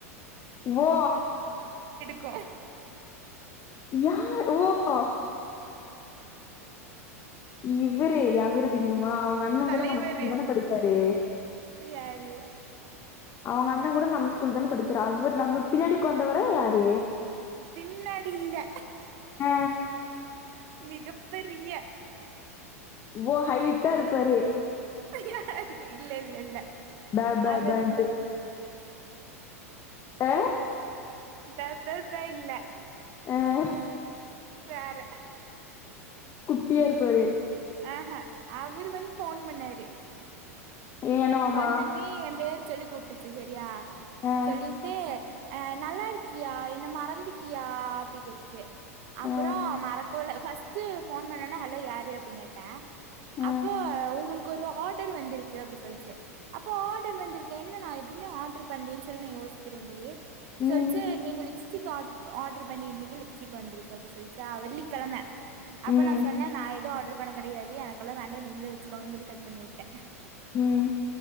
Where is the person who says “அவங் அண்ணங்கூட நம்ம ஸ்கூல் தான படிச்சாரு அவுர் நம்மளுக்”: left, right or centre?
Left